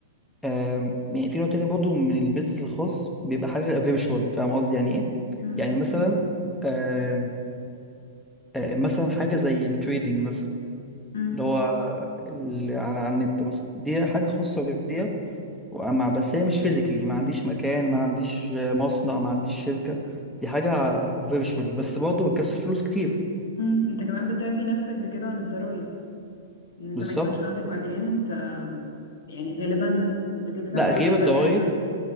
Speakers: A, in the centre; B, on the left.
A: آم، يعني في نوع تاني برضه من البيزنس الخاص بيبقى حاجة فيرتشوال فاهم قصدي يعني ايه؟
B: مم.
A: يعني مثلا آم، آه، مثلا حاجة زي التريدنج مثلا
B: مم.
A: اللي هو ال- على على النت مثلا دي حاجة خاصة بيا ومع بس هي مش فيزيكالي ما عنديش مكان ما عنديش آه، مصنع ما عنديش شركة دي حاجة فيرتشوالي بس برضه بتكسب فلوس كتير
B: مم. انت كمان بتعفي نفسك بكده عن الضرايب ان انت
A: بالظبط
B: ما يكونش عندك مكان انت يعني غالبا بتكسب
A: لا
B: فلوس
A: غير الضرايب
B: كويسة